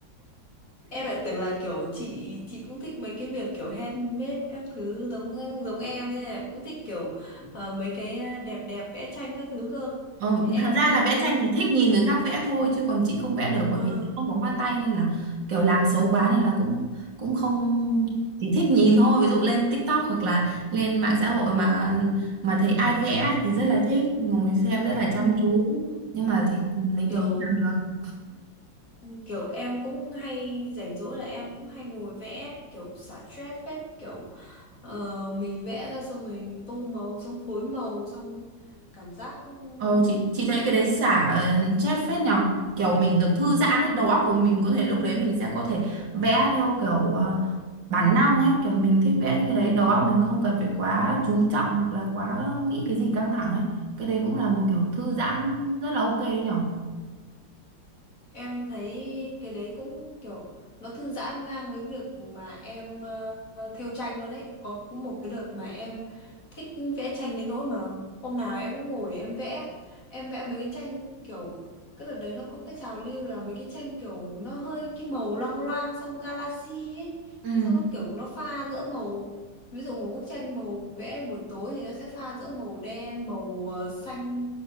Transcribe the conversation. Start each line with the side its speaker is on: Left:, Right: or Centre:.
Left: em lại tưởng là kiểu chị chị cũng thích mấy cái việc kiểu handmade các thứ giống giống em nên là cũng thích kiểu ờ, mấy cái đẹp đẹp vẽ tranh các thứ cơ
Right: Ờ,
Left: em
Right: thật ra là vẽ
Left: em
Right: tranh thì thích nhìn người khác vẽ thôi chứ còn chị không vẽ được
Left: ờ,
Right: bởi vì chị không có hoa tay nên là kiểu làm xấu quá nên là cũng cũng không chỉ thích nhìn thôi ví dụ lên TikTok hoặc là lên mạng xã hội mà mà thấy ai vẽ thì rất là thích ngồi xem rất là
Left: ừ.
Right: chăm chú nhưng mà thì mình
Left: kiểu
Right: thì không làm được
Left: Ừ, kiểu em cũng hay rảnh rỗi là em cũng hay ngồi vẽ kiểu xả stress phết kiểu ờ, mình vẽ ra xong rồi tô màu xong phối màu xong cảm giác
Right: Ờ, chị chị
Left: mình
Right: thấy cái đấy xả ờ, chết phết nhở kiểu mình được thư
Left: ừ,
Right: giãn ấy đầu óc của mình có thể lúc đấy mình sẽ có thể vẽ theo kiểu ờ, bản năng ấy kiểu mình thích vẽ như cái đấy đầu óc mình không cần phải quá chú trọng hoặc là quá nghĩ cái gì căng thẳng ấy cái đấy cũng là một kiểu thư giãn rất là ok ấy nhở
Left: Em thấy cái đấy cũng kiểu nó thư giãn ngang với việc mà em uh, thêu tranh luôn đấy. Có một cái đợt mà em thích vẽ tranh đến nỗi mà hôm nào em cũng ngồi em vẽ. Em vẽ mấy cái tranh kiểu cái đợt đấy nó có cái trào lưu là mấy cái tranh kiểu nó hơi cái màu loang loang xong galaxy ấy.
Right: Ừ,
Left: Xong nó kiểu nó pha giữa màu ví dụ một bức tranh màu vẽ buổi tối thì nó sẽ pha giữa màu đen màu ờ, xanh